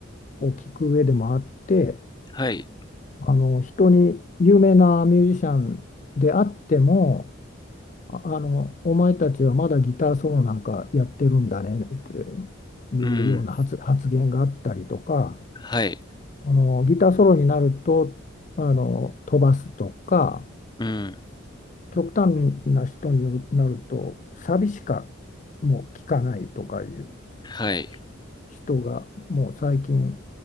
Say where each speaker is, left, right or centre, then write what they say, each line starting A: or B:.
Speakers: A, on the left; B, on the left.
A: を聴く上でもあって、
B: はい、
A: あの人に有名なミュージシャンであっても、あ、あの、お前たちはまだギターソロなんかやってるんだねっていうような発、
B: うん、
A: 発言があったりとか、
B: はい、
A: あの、ギターソロになると、あの、飛ばすとか、
B: うん、
A: 極端な人による、なると、サビしかもう聞かないとかいう
B: はい、
A: ひ人がもう最近